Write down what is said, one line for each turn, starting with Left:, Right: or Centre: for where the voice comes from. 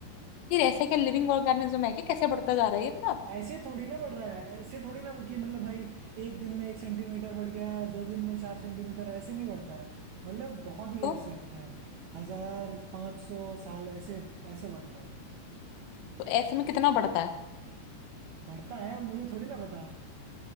Left: फिर ऐसे क्या लिविंग ऑर्गेनिज्म है कि कैसे बढ़ता जा रहा है ये अपना आप
Right: ऐसे थोड़ी ना बढ़ रहा है ऐसे थोड़ी ना कि मतलब भाई एक दिन में एक सेंटीमीटर बढ़ गया दो दिन में चार सेंटीमीटर ऐसे नहीं बढ़ता है मतलब बहुत ईयर्स
Left: को? तो,
Right: लगते हैं हजार पाँच सौ साल ऐसे ऐसे बढ़ता है
Left: तो ऐसे में कितना बढ़ता है
Right: बढ़ता है मुझे थोड़ी ना पता